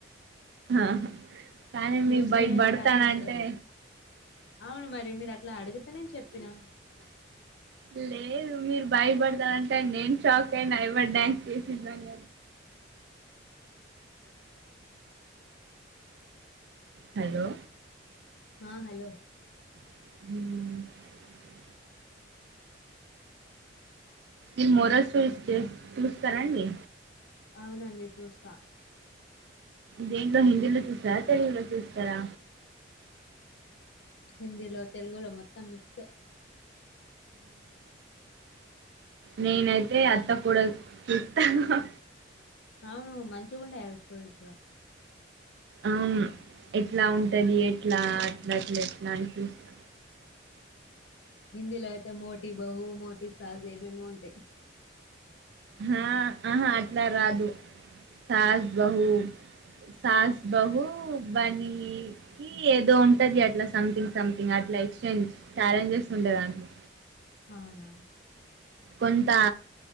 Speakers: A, on the right; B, on the left.
A: ఆహ కానీ మీ
B: చూస్తేనే
A: బై బర్త్
B: నాకు వచ్చేస్తది
A: అని అంటే
B: అవును మరి మీరు అట్ అనే చెప్పినా
A: లేదు మీరు భయపడతారంటే నేను షాక్ అయినా ఎవరు డ్యాన్స్ చేసిండ్లు అని హలో
B: ఆ హలో
A: హుమ్ ఈ మొరసూస్ చేస్ చూస్తారా అండి
B: అవునండి చూస్తా
A: దేంట్లో హిందీలో చూస్తారా, తెలుగులో చూస్తారా.
B: హిందీలో, తెలుగులో మొత్తం మిక్స్.
A: నేనైతే అత్త, కోడలు చూ హహ
B: అవును మంచిగా ఉంటయి అవి స్టోరీస్ కూడా
A: అవును ఎట్లా ఉంటది ఎట్లా, అట్ల అట్ల ఎట్లా అని చూస్తా.
B: హిందీలా అయితే మోటి బహు మోటి సాజ్ ఏమేమో ఉంటయి.
A: హా అహా అట్లా రాదు సాస్, బహు. సాస్ బహు బనీకి ఏదో ఉంటది అట్లా సంథింగ్ సం ఇంగ అట్ల ఎక్స్చేంజ్ ఛాలెంజెస్ ఉంటయి దాంట్లో
B: అవునా
A: కొంత